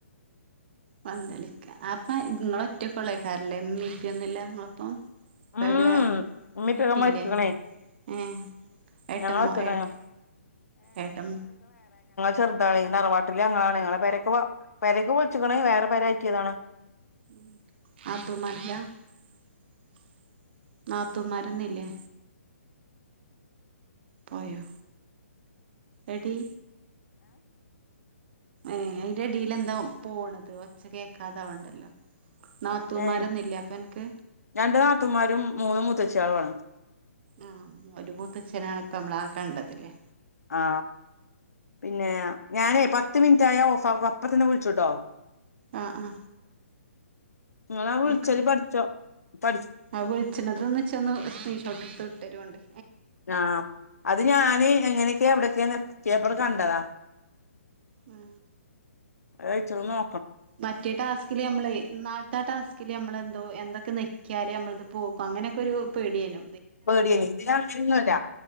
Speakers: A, on the right; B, on the left.
A: പന്തളിക്ക അപ്പ ഇങ്ങള് ഒറ്റ കൊള്ളേക്കാരല്ലേ ഇമ്മീം ഇപ്പ്യൊന്നും ല്ലാ ഇങ്ങളൊപ്പം? <unintelligible>
B: ഉം ഉമ്മി
A: ഇമ്മിപ്പിം
B: ഇപ്പൊക്കെ മരിച്ച്ക്ക്ണേ
A: ഇല്ലേ ങ് ഏ ഏട്ടമ്മോ
B: ഞങ്ങള് ഒറ്റക്കാ
A: ഏട്ട് ഏട്ടം
B: ചെറ്താവേ തറവാട്ടില് ഞങ്ങളാണ് ഞങ്ങളെ പെരക്കെ വ പെരെക്കെ പൊൾച്ച്ക്ക്‌ണ് വേറെ പെരെയ്റ്റിയതാണ്.
A: <unintelligible> നാത്തൂൻ മാരൊന്നും ഇല്ലെ പോയോ എടീ ഏ അയിന്റെടീല് എന്തോ പോണത് ഒച്ച കേക്കാതാവണ്ടല്ലോ നാത്തൂമാരൊന്നില്ലേ
B: ഏ
A: അപ്പൊ അനക്ക്
B: രണ്ടു നാത്തമാരും മൂന്ന് മു ത്തെ ച്ചാവാ
A: ആ ഒരു മൂത്തച്ഛനാണ് ഇപ്പ നമ്മള ആക്കണ്ടതില്ലേ
B: ആ പിന്നെ ഞാനേ പ പത്ത് മിനിറ്റായ ഓഫാ അപ്പ തന്നെ വിളിച്ചുട്ടോ
A: ആ ആ
B: നിങ്ങളാ വിളിച്ചല്
A: അയ്‌ക്കോട്ടെ
B: പഠിച്ചോ പഠി
A: ആ വിൾച്ച്ണത് ഇച്ചൊന്നു സ്ക്രീന്ഷോട് ട്ടൊരോണ്ടി
B: ആ അത് ഞാന് എങ്ങനെ എവിടയൊക്കെയ പേപ്പർ കണ്ടതാ
A: ആ
B: ഴച്ചോർന്നോ
A: മറ്റേ ടാസ്കില് നമ്മള് ന്നാൾത്തെ ആ ടാസ്കില് നമ്മള് അതോ എന്തൊക്കെ നെക്കിയാല് നമ്മളിത് പോക്കും അങ്ങനെയൊക്കെ ഒരു പേടിയാനു
B: പേടിയ ഇതി അങ്ങനൊന്നുംല്ല